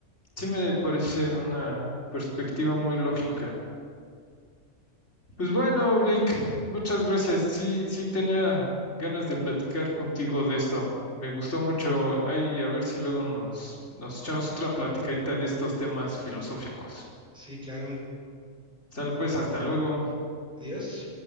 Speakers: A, on the left (about 55°); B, in the centre.
A: sí me parece una perspectiva muy lógica. Pues bueno, Vic, muchas gracias. Sí, sí tenía ganas de platicar contigo de esto. Me gustó mucho. Ay, a ver si luego nos, nos echamos otra platicadita de estos temas filosóficos.
B: Sí, claro.
A: Sale pues, hasta luego.
B: Adiós.